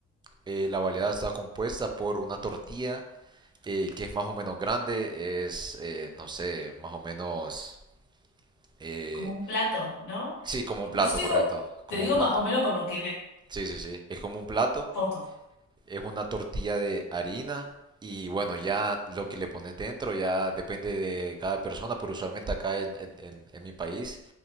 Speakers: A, on the right; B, on the left.
A: eh, la baleada está compuesta por una tortilla eh, que es más o menos grande, es, eh, no sé, más o menos... eh,
B: como un plato, ¿no?
A: sí, como
B: Yo
A: un plato,
B: te
A: correcto,
B: digo,
A: como
B: te digo
A: un plato.
B: más o menos por lo que veo en
A: Sí, sí, sí, es como un plato
B: fotos.
A: Es una tortilla de harina y bueno, ya lo que le pones dentro ya depende de cada persona, pero usualmente acá en, en- en- en mi país